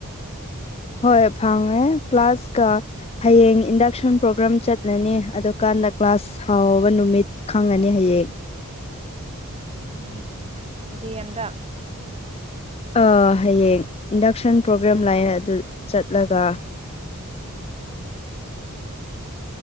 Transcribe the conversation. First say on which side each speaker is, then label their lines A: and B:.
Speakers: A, on the left; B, on the right.
A: ꯍꯣꯢ ꯐꯪꯔꯦ ꯀ꯭ꯂꯥꯁꯀ ꯍꯌꯦꯡ ꯏꯟꯗꯛꯁꯟ ꯄ꯭ꯔꯣꯒ꯭ꯔꯥꯝ ꯆꯠꯂꯅꯤ ꯑꯗꯨꯀꯥꯟꯗ ꯀ꯭ꯂꯥꯁ ꯍꯥꯎꯕ ꯅꯨꯃꯤꯠ ꯈꯪꯉꯅꯤ ꯍꯌꯦꯡ
B: ꯎꯝ ꯗꯤ ꯑꯦꯝꯗ
A: ꯑꯥ ꯍꯌꯦꯡ ꯏꯟꯗꯛꯁꯟ ꯄ꯭ꯔꯣꯒ꯭ꯔꯥꯝ ꯂꯥꯛꯑꯦ ꯑꯗꯨ ꯆꯠꯂꯒ